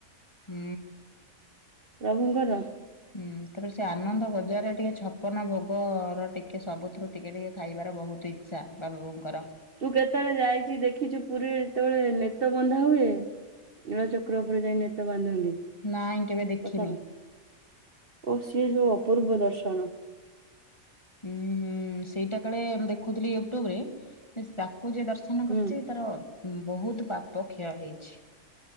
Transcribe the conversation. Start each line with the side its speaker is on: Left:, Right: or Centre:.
Left: ହୁଁ।
Right: ପ୍ରଭୁଙ୍କର
Left: ହୁଁ ତାପରେ ସେ ଆନନ୍ଦ ବଜାରରେ ଟିକେ ଛପନ ଭୋଗ ର ଟିକେ ସବୁଥିରୁ ଟିକେ ଟିକେ ଖାଇବା ବହୁତ୍ ଇଚ୍ଛା ବାବା ବଉଙ୍କର।
Right: ତୁ କେତେବେଳେ ଯାଇଚି ଦେଖିଛୁ ପୁରୀରେ ଯେତେବେଳେ ନେତ ବନ୍ଧା ହୁଏ। ନୀଳଚକ୍ର ଉପରେ ଯାଇ ନେତ ବାନ୍ଧନ୍ତି।
Left: ନାଇଁ କେବେ ଦେଖିନି।
Right: କଥା ନାଇଁ ଓ ସିଏ ଯୋଉ ଅପୂର୍ବ ଦର୍ ଶୁଣୁ।
Left: ହୁଁ ହୁଁ ସେଇଟା କାଳେ ମୁ ଦେଖୁଥିଲି ୟୁଟ୍ୟୁବ୍ ରେ ନା ସେ ତାକୁ ଯିଏ ଦର୍ଶନ
Right: ହୁଁ
Left: କରିଛି ତାର ବହୁତ ପାପ କ୍ଷୟ ହେଇଚି।